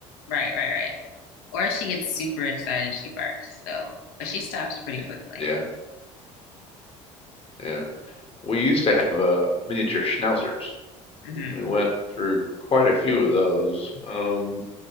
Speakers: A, on the left; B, on the left.
A: Right, right, right. Or if she gets super excited, she barks. So, but she stops pretty
B: Eh,
A: quickly.
B: Yeah, yeah. We used to have uh, miniature schnauzers.
A: hmm
B: We went through quite a few of those, um,